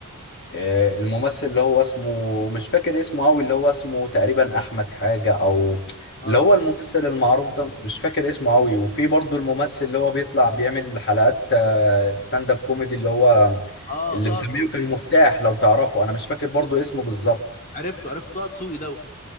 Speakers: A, on the left (about 55°); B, on the left (about 40°).
A: آه، الممثل اللي هو اسمه مش فاكر اسمه قوي اللي هو اسمه تقريبا احمد حاجة او
B: اه
A: اللي هو الممثل المعروف ده مش فاكر اسمه قوي وفي برضه الممثل اللي هو بيطلع بيعمل حلقات ستاند اب كوميدي اللي هو
B: اه
A: اللي
B: طه
A: مسميه
B: دسوقي
A: كان مفتاح لو تعرفه انا مش فاكر برضه
B: اه
A: اسمه بالظبط
B: أيوة. عرفته عرفت طه دسوقي دوت